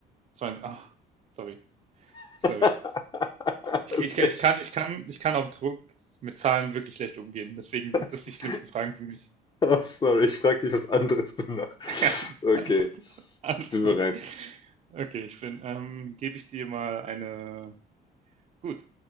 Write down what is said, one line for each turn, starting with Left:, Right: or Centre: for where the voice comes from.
Right: 20. Ah, sorry,
Left: <laughs>
Right: sorry.
Left: <laughs> Das
Right: Ich, ich,
Left: ist
Right: ich,
Left: echt.
Right: kann, ich, kann, ich kann auf Druck mit Zahlen wirklich schlecht umgehen. Deswegen
Left: <laughs>
Right: sind das die schlimmsten Fragen für mich.
Left: sorry, ich frage dich was anderes danach.
Right: <laughs>
Left: Okay,
Right: alles, alles
Left: ich bin
Right: gut.
Left: bereit.
Right: Okay, ich bin, ähm, gebe ich dir mal eine. Gut.